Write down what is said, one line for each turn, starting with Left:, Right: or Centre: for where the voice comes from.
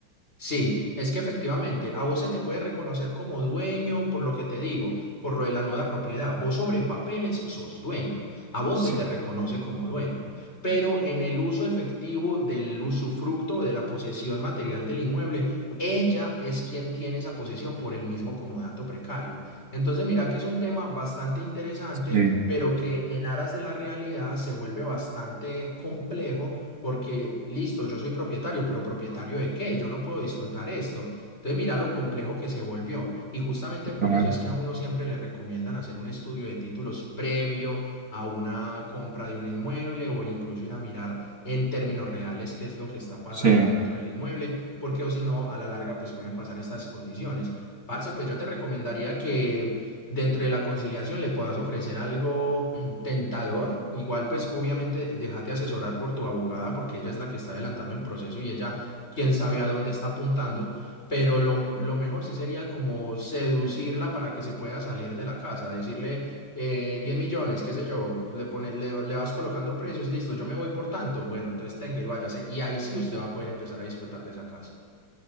Left: Sí, es que efectivamente a vos se te puede reconocer como dueño por lo que te digo, por lo de la nuda propiedad. Vos sobre papeles sos dueño, a vos
Right: Sí,
Left: se te reconoce como dueño, pero en el uso efectivo del usufructo de la posesión material del inmueble, ella es quien tiene esa posesión por el mismo comodato precario. Entonces mira que es un tema bastante interesante,
Right: sí,
Left: pero que en aras de la realidad se vuelve bastante complejo porque listo, yo soy propietario, pero propietario de qué? Yo no puedo disfrutar esto. Entonces, mira lo complejo que se volvió. Y justamente por
Right: total.
Left: eso es que a uno siempre le recomiendan hacer un estudio de títulos previo a una compra de un inmueble o incluso ir a mirar en términos reales qué es lo que está pasando
Right: Sí.
Left: dentro del inmueble, porque o si no, a la larga, pues pueden pasar estas condiciones. Parce, pues yo te recomendaría que dentro de la conciliación le puedas ofrecer algo Tentador, igual pues obviamente déjate asesorar por tu abogada porque ella es la que está adelantando el proceso y ella quién sabe a dónde está apuntando, pero lo, lo mejor sí sería como seducirla para que se pueda salir de la casa, decirle eh, 10 millones, qué sé yo, le, pone, le, le vas colocando precios, listo, yo me voy por tanto, bueno, entonces tenga y váyase y ahí sí usted va a poder empezar a disfrutar de esa casa.